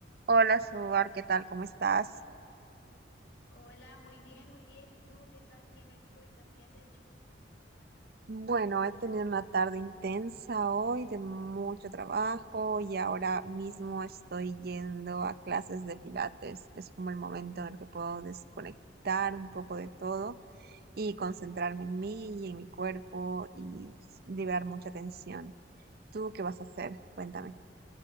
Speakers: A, on the right; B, on the left.
A: Hola, Suar, ¿qué tal? ¿Cómo estás?
B: Hola, muy bien, muy bien. ¿Y tú qué tal? ¿Qué me cuentas? ¿Qué has hecho?
A: Bueno, he tenido una tarde intensa hoy de mucho trabajo y ahora mismo estoy yendo a clases de pilates. Es como el momento en el que puedo desconectar un poco de todo y concentrarme en mí y en mi cuerpo y s- liberar mucha tensión. ¿Tú qué vas a hacer? Cuéntame.